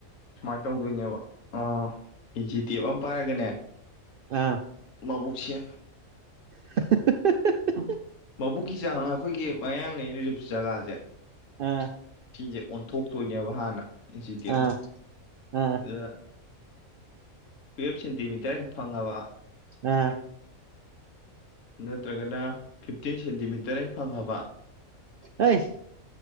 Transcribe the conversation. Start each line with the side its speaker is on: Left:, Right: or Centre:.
Left: ꯁꯨꯃꯥꯏꯅ ꯇꯧꯗꯣꯏꯅꯦꯕ ꯑꯥ ꯏꯤꯖꯤ ꯇꯦꯞ ꯑꯃ ꯄꯥꯏꯔꯒꯅꯦ
Right: ꯑꯥ
Left: ꯃꯕꯨꯛꯁꯤ
Right: <inaudible>
Left: ꯐꯧꯕꯨꯛꯀꯤ ꯆꯥꯡ ꯑꯩꯈꯣꯏꯒꯤ ꯃꯌꯥꯡꯂꯦꯟ ꯔꯤꯞꯁ ꯖꯒꯥꯁꯦ
Right: ꯑ
Left: ꯁꯤꯁꯦ ꯑꯣꯟꯊꯣꯛꯇꯣꯏꯅꯦꯕ ꯍꯥꯟꯅ ꯏꯟꯆꯤꯇꯦꯞꯅ
Right: ꯑꯥ ꯑꯥ
Left: ꯑꯗꯨꯗ ꯇꯨꯌꯦꯜꯞ ꯁꯦꯟꯇꯤꯃꯤꯇꯔ ꯐꯪꯉꯕ
Right: ꯑꯥ
Left: ꯅꯠꯇ꯭ꯔꯒꯅ ꯐꯤꯞꯇꯤꯟ ꯁꯦꯟꯇꯤꯃꯤꯇꯔ ꯍꯦꯛ ꯐꯪꯉꯕ
Right: ꯍꯩ